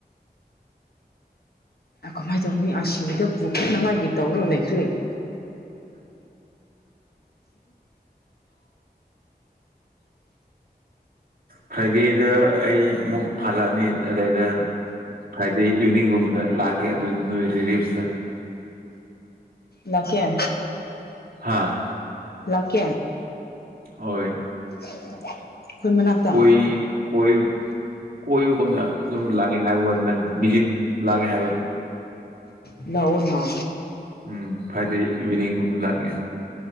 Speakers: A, on the left; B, on the right.
A: ꯀꯃꯥꯏꯅ ꯇꯧꯅꯤ ꯑꯁꯤꯕꯨꯗ ꯄꯨꯈꯛꯅꯉꯥꯏꯒꯤ ꯇꯧꯔꯣ ꯂꯩꯈ꯭ꯔꯦ <inaudible>
B: ꯐ꯭ꯔꯥꯏꯗꯦꯗ ꯑꯩ ꯑꯃꯨꯛ ꯐꯜꯂꯛꯑꯅꯤ ꯑꯗꯩꯗ ꯍꯥꯏꯗꯤ ꯏꯚꯅꯤꯡꯒꯨꯝꯕꯗ ꯂꯥꯛꯀꯦ ꯑꯗꯨꯗꯤ ꯅꯣꯏ ꯔꯤꯂꯤꯞꯁꯇ
A: ꯂꯥꯛ ꯀꯌꯥ
B: ꯍꯥꯥ
A: ꯂꯀꯦ
B: ꯍꯣꯏ
A: <inaudible> ꯃꯅꯥꯛꯇ
B: ꯀꯣꯏ ꯀꯣꯏ ꯀꯣꯏꯕꯨ ꯀꯅ ꯑꯗꯨ ꯂꯦ ꯍꯥꯏꯕ ꯋꯥꯅꯤ ꯕꯤꯖꯤ ꯂꯒꯦ ꯍꯥꯏꯕ
A: ꯂꯎꯅ
B: ꯎꯝ ꯐꯥꯏꯗꯦ ꯏꯚꯅꯤꯡ ꯂꯥꯛꯑꯒꯦ